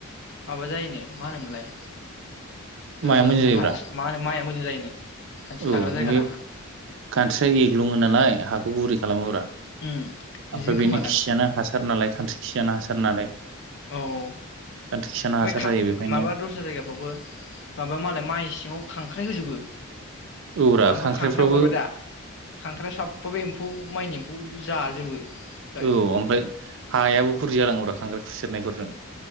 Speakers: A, on the left; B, on the right.
A: माबा जायोनो मा होनोमोनलाय
B: माया
A: ओ
B: मोजां जायोब्रा
A: हासा मा होनो माया जायोनो। खानस्रि
B: औ
A: थाग्रा जायगाना
B: बै खान्स्रिया एग्लुङो नालाय। हाखौ गुरै खालामोब्रा।
A: उम बिदिनो
B: ओमफ्राय बेनि
A: खोमादां
B: खियानो हासार नालाय खान्स्रि खियानो हासार नालाय।
A: औ औ
B: खानस्रि खियानो
A: ओमफाय
B: हासार
A: खां
B: जायो बेखायनो
A: माबा दस्रा जायगाफ्रावबो माबा मालाय माइ सिङाव खांख्राइ हो जोंबो।
B: औब्रा
A: ओमफाय
B: खांख्राइफ्राबो
A: खांख्राइ हगरबाय दा खांख्राया साबफा बे एम्फौ माइनि एम्फौ जाजोबो। गाज्रिखौ
B: औ ओमफाय हायाबो गुरै जालाङौब्रा खांख्राय खुसेरनायफोरजों